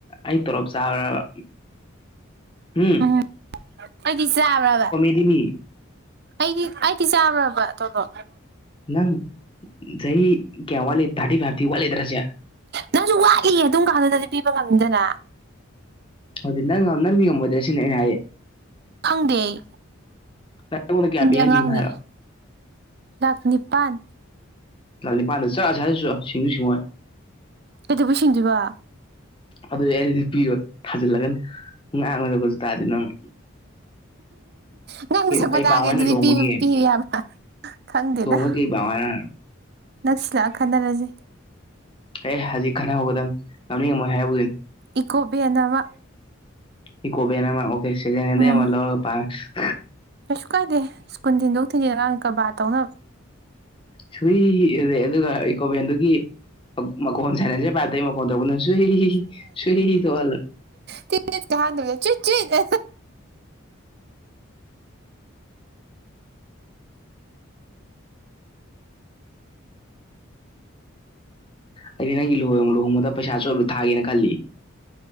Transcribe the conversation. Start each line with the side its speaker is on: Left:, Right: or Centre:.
Left: ꯑꯩ ꯇꫭꯂꯣꯞ ꯆꯥꯕꯔꯕ ꯍꯨꯝ
Right: ꯎꯝ ꯑꯩꯗꯤ ꯆꯥꯕ꯭ꯔꯕ
Left: ꯕꯤꯅꯤ <unintelligible>
Right: ꯑꯩꯗꯤ ꯑꯩꯗꯤ ꯆꯥꯕꯔꯕ ꯇꫭꯂꫭꯄ
Left: ꯅꯪ ꯆꯍꯤ ꯀꯌꯥꯝ ꯋꯥꯠꯂꯤ ꯊꯔꯇꯤ ꯐꯥꯏ꯭ꯕꯇꯤ ꯋꯥꯠꯂꯤꯗꯔꯁꯤ
Right: ꯅꯪꯖꯨ ꯋꯥꯠꯂꯤꯌꯦ ꯑꯗꯨꯝ ꯀꯥꯟꯗꯨꯗꯗꯤ ꯄꯤꯕ ꯉꯝꯅꯤꯗꯅ
Left: ꯑꯗꯨꯗꯤ ꯅꯪ ꯅꯪꯗꯤ ꯉꯝꯃꯣꯏꯗ꯭ꯔ ꯁꯤꯅꯦ ꯑꯩꯅ ꯍꯥꯏꯖ‌ꯦ
Right: ꯈꯪꯗꯦ ꯑꯩ
Left: ꯅꯪ ꯑꯩꯉꯣꯟꯗ ꯀꯌꯥ
Right: ꯑꯩꯗꯤ
Left: ꯄꯤꯍꯟꯅꯤꯡꯉꯤꯅꯣ
Right: ꯑꯉꯥꯡꯅꯦ
Left: ꯍꯥꯏꯔꯣ
Right: ꯂꯥꯛ ꯅꯤꯄꯥꯟ
Left: ꯂꯥꯛ‌ ꯅꯤꯄꯗꫭ ꯆꯠꯂ ꯑꯁꯥꯕꯥ ꯂꯩꯆꫭꯆꫭ ꯁꯤꯡꯁꯨꯨ ꯁꯤꯡꯉꯛꯑꫭꯏ
Right: ꯀꯩꯗꯧꯕꯩ ꯁꯤꯡꯗꯣꯏꯕ
Left: ꯑꯗꯨꯗꯤ ꯑꯩꯗꯤ ꯄꯤꯔꯣꯏ ꯊꯥꯖꯤꯜꯂꯛꯀꯅꯤ ꯉꯥꯡꯕ ꯁꯛꯄꯁꯨ ꯇꯥꯗꯦ ꯅꯪꯅꯥ
Right: ꯉꯥꯡꯕ ꯁꯛꯄ
Left: ꯀꯩ
Right: ꯇꯥꯒꯦ
Left: ꯄꯥꯝꯃꯣ ꯍꯥꯏꯅꯣ
Right: ꯑꯗꯨꯗꯤ
Left: ꯂꯨꯍꯣꯡꯕꯒꯤ
Right: ꯄꯤꯕ ꯌꯥꯕꯔꯥ ꯈꯪꯗꯦꯗ
Left: ꯂꯨꯍꯣꯡꯕꯒꯤ ꯀꯩ ꯄꯥꯝꯃꯣ ꯍꯥꯏꯅꯣ
Right: ꯅꯪꯁꯤꯟꯂꯥꯛꯑ ꯈꯟꯅꯔꯁꯦ
Left: ꯑꯦ ꯍꯧꯖꯤꯛ ꯈꯔ ꯍꯧꯒꯗꯕ ꯉꯝꯅꯤꯡ ꯉꯝꯃꯣꯏ ꯍꯥꯏꯍꯧꯗꫭꯏꯅꯤ
Right: ꯏꯀꯣꯕ‌ꯦꯟ ꯑꯃꯥ
Left: ꯏꯀꯣꯕꯦꯟ ꯑꯃꯥ ꯑꯣꯀ‌ꯦ ꯁꯦꯀ‌ꯦꯟ ꯍ‌ꯦꯟꯗꯩ
Right: ꯎꯝ
Left: ꯑꯃ ꯂꯧꯔꯥ ꯄꯥꯡꯉꯒ‌ꯦ
Right: ꯀꯩꯁꯨ ꯀꯥꯏꯗꯦ ꯁ꯭ꯀꯨꯜ ꯊꯤꯟꯗꯣꯛ ꯊꯤꯟꯖꯤꯟ ꯀꯔꯕꯥꯔ ꯇꯧꯅꯕ
Left: ꯁꯨꯏ ꯑꯗꯨꯒ ꯏꯀꯣꯕꯦꯟꯗꯨꯒꯤ ꯃꯈꯣꯟ ꯁꯥꯟꯂ‌ꯦꯟꯁꯔ ꯄꯥꯏꯞꯇꯩ ꯃꯈꫭꯟ ꯃꯈꫭꯟ ꯊꫭꯔꯛꯄꯅꯥ ꯁꯨꯍ ꯁꯨꯏ ꯊꫭꯛꯍꯟꯂꫭ
Right: ꯇꯅꯦ ꯀ ꯍꯥꯟꯗ ꯆꯨ ꯆꯤ <unintelligible>
Left: ꯑꯩꯗꯤ ꯅꯪꯒꯤ ꯂꯨꯍꯣꯡꯕ ꯂꯨꯍꯣꯡꯕꯗ ꯄꯩꯁꯥꯑꯆꫭꯏꯕ ꯊꯥꯒꯦꯅ ꯈꯜꯂꯤꯌ‌